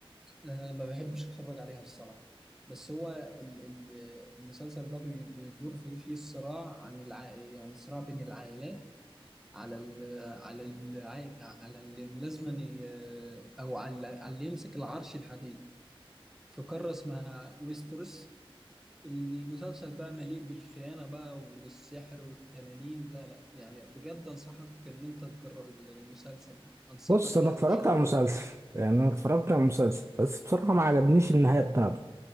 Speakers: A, in the centre; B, on the right (about 30°).
A: أنا ما بحبش اتفرج عليها الصراحه بس هو ال- ال- المسلسل ده بي- بيدور فيه فيه صراع عن الع... يعني صراع بين العائلات على ال... على ال... على اللي لازما ي- او على على اللي يمسك العرش الحديدي في قاره اسمها ويستروس المسلسل بقى مليء بالخيانه بقى والسحر والتنانين لا لا يعني بجد انصحك ان انت تجرب المسلسل ده انصحك
B: بص انا
A: يعني
B: اتفرجت
A: بشده
B: على المسلسل يعني انا اتفرجت على المسلسل بس بصراحه ما عجبنيش النهايه بتاعته